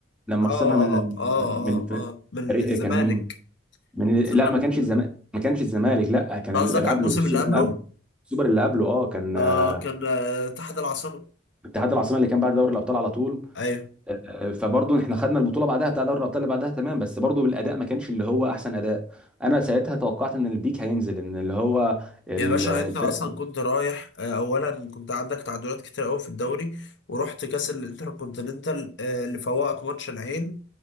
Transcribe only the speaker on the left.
اه
اه اه
اه اه من
الزمالك
خسرنا
من-
قصدك
على
الموسم
اللي قبله
آه
كان آه اتحاد العاصمة
ايوه
يا باشا
انت اصلا كنت رايح آه، اولا كنت عندك تعادلات كتير قوي في الدوري ورحت كاس الانتركونتيننتال آه، اللي فوقك ماتش العين